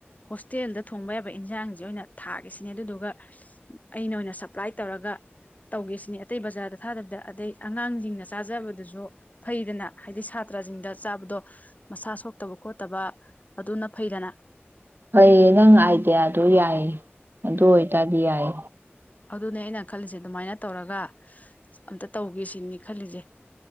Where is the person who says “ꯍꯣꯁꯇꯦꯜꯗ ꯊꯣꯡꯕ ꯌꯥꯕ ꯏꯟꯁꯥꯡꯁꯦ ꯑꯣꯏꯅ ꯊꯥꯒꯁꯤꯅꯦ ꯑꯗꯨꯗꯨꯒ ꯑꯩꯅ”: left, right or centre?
Left